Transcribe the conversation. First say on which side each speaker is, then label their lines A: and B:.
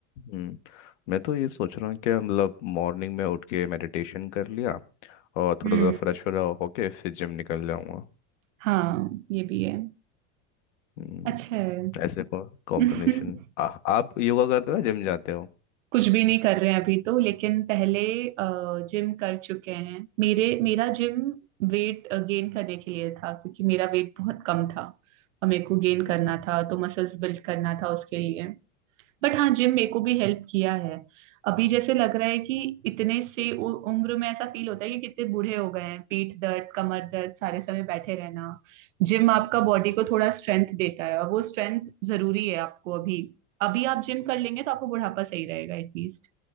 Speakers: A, on the left; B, on the right.
A: हम्म मैं तो ये सोच रहा हूँ कि मतलब मॉर्निंग में उठ के मेडिटेशन कर लिया और
B: हम्म
A: थोड़ा सा फ्रेश वगैरह होके फिर जिम निकल जाऊंगा
B: हाँ ये भी है
A: हम्म
B: अच्छा है
A: ऐसे को कॉम्बिनेशन
B: <laughs>
A: आप योगा करते हो जिम जाते हो
B: कुछ भी नहीं कर रहे हैं अभी तो लेकिन पहले जिम कर चुके हैं मेरे मेरा जिम वेट गेन करने के लिए था क्योंकि मेरा वेट बहुत कम था और मेरे को गेन करना
A: अच्छा।
B: था तो मसल्स बिल्ड करना था उसके लिए बट हाँ जिम मेरे को भी हेल्प किया है अभी जैसे लग रहा है कि इतने से उ- उम्र में ऐसा फील होता है कि कितने बूढ़े हो गए हैं पीठ दर्द कमर दर्द सारे समय बैठे रहना जिम आपका बॉडी को थोड़ा स्ट्रेंथ देता है और वो स्ट्रेंथ जरूरी है आपको अभी अभी आप जिम कर लेंगे तो आपको बुढ़ापा सही रहेगा एटलीस्ट